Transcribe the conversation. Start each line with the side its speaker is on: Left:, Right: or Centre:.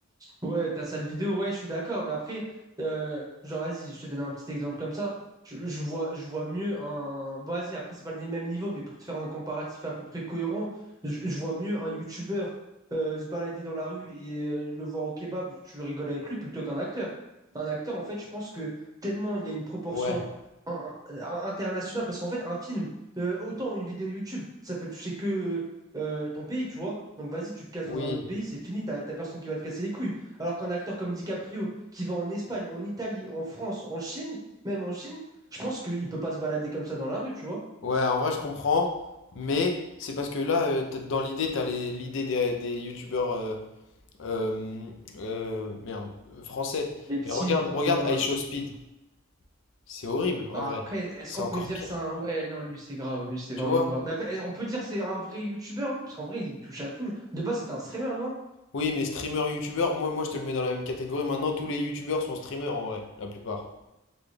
Right: Ouais, ta salle vidéo, ouais, je suis d'accord, mais après, euh, genre, vas-y, je te donne un petit exemple comme ça. Je, je vois, je vois mieux un. Bon, vas-y, après, c'est pas le même niveau, mais pour te faire un comparatif à peu près cohérent, je, je vois mieux un YouTuber euh, se balader dans la rue et euh, le voir au kebab, tu rigoles avec lui plutôt qu'un acteur. Un acteur, en fait, je pense que tellement il y a une proportion
Left: Ouais,
Right: in- in- internationale, parce qu'en fait, un film, euh, autant une vidéo YouTube, ça peut toucher que euh, ton pays, tu vois. Donc, vas-y, tu te casses
Left: oui.
Right: dans un autre pays, c'est fini, t'as t'as personne qui va te casser les couilles. Alors qu'un acteur comme DiCaprio, qui va en Espagne, en Italie, en France, en Chine, même en Chine, je pense qu'il peut pas se balader comme ça dans la rue, tu vois.
Left: Ouais, en vrai, je comprends, mais c'est parce que là, euh, t'as- dans l'idée, t'as les- l'idée des, des youtubeurs euh, euh, euh, merde, euh, français.
Right: Les petits,
Left: Mais regarde, regarde
Right: genre. euh,
Left: I Show Speed. C'est horrible, en
Right: Après,
Left: vrai.
Right: est-ce
Left: C'est
Right: qu'on
Left: encore
Right: peut dire
Left: pire.
Right: que c'est un. Ouais, non, lui, c'est grave, lui, c'est vraiment
Left: Tu vois?
Right: grave. Mais après, on peut dire que c'est un vrai youtubeur, lui, parce qu'en vrai, il touche à tout. De base, c'est un streamer, non?
Left: Oui, mais streamer, youtubeur, moi, moi je te le mets dans la même catégorie. Maintenant, tous les youtubeurs sont streamers en vrai, la plupart.